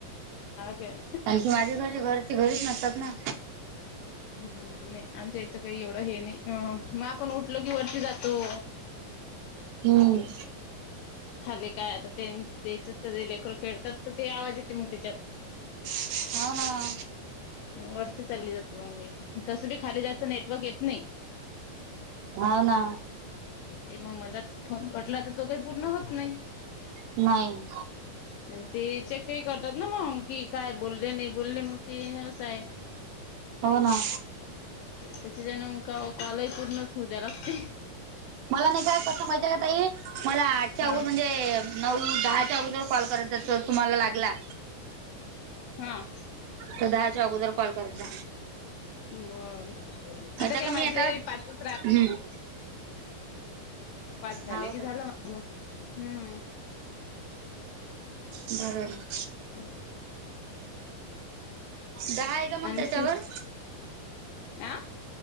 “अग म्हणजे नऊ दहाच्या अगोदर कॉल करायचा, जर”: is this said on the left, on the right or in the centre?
Right